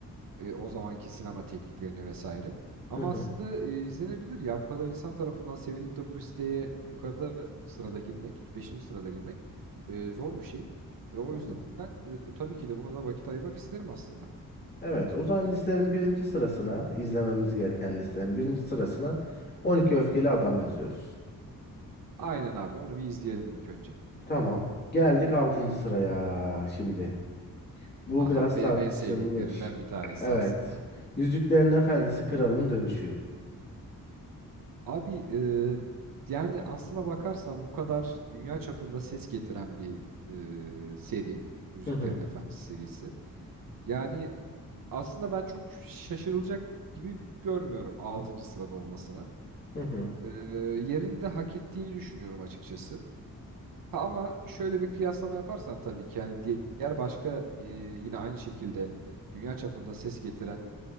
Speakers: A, on the right (about 70°); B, on the left (about 30°).
A: e, o zamanki sinema tekniklerini vesaire. Ama
B: Hı hı.
A: aslında e, izlenebilir ya bu kadar insan tarafından sevilip de bu listeye yukarıda sırada girmek, beşinci sırada girmek e, zor bir şey. Ve o
B: Hı
A: yüzden
B: hı.
A: e, tabii ki de buna da vakit ayırmak isterim aslında.
B: Evet, o zaman listenin birinci sırasına izlememiz gereken listenin birinci sırasına 12 Öfkeli Adam yazıyoruz.
A: Aynen abi onu bir izleyelim ilk önce.
B: Tamam. Geldik altıncı sıraya şimdi. Bu
A: Aha
B: biraz
A: benim
B: tartışılır.
A: en sevdiklerimden bir tanesi
B: E, Evet.
A: aslında.
B: Yüzüklerin Efendisi Kralın Dönüşü.
A: Abi e, yani aslına bakarsan bu kadar dünya çapında ses getiren bir e, seri. Yüzüklerin
B: Hı hı.
A: Efendisi serisi. Yani aslında ben çok şaşırılacak gibi görmüyorum altıncı sırada olmasına.
B: Hı hı.
A: Ee, yerini de hak ettiğini düşünüyorum açıkçası. Ha, ama şöyle bir kıyaslama yaparsan tabii ki yani diğer başka e, yine aynı şekilde dünya çapında ses getiren